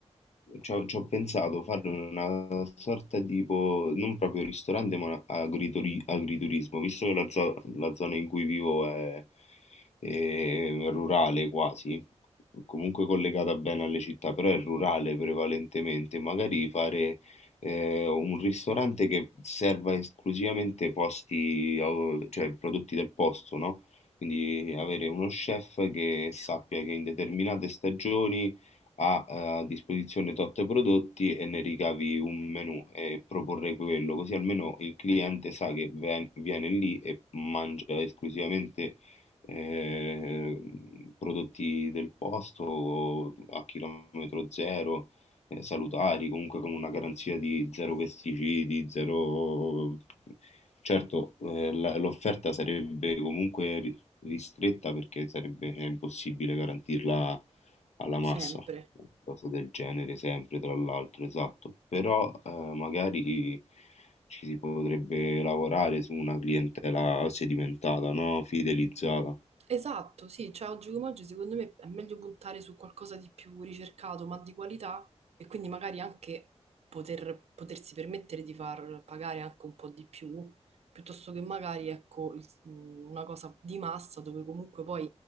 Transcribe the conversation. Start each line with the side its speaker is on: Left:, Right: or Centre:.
Left: ci ho ci ho pensato fare una sorta tipo, non proprio ristorante, ma una- agrituri- agriturismo, visto che la, zo- la zona in cui vivo è, è rurale quasi, comunque collegata bene alle città, però è rurale prevalentemente, magari fare eh, un ristorante che serva esclusivamente posti, au- cioè prodotti del posto, no? Quindi avere uno chef che sappia che in determinate stagioni ha eh, a disposizione tot prodotti e ne ricavi un menù e proporre quello, così almeno il cliente sa che ve- viene lì e mangia esclusivamente eh, prodotti del posto o a chilometro zero eh, salutari, comunque con una garanzia di zero pesticidi, zero... Certo, eh, la- l'offerta sarebbe comunque ri- ristretta perché sarebbe eh, impossibile garantirla alla massa,
Right: sempre.
Left: una cosa del genere sempre, tra l'altro, esatto. Però eh, magari ci si potrebbe lavorare su una clientela sedimentata, no? Fidelizzata.
Right: Esatto, sì, cioè oggi come oggi secondo me è meglio puntare su qualcosa di più ricercato ma di qualità e quindi magari anche poter, potersi permettere di far pagare anche un po' di più, piuttosto che magari ecco il- mm, una cosa di massa dove comunque poi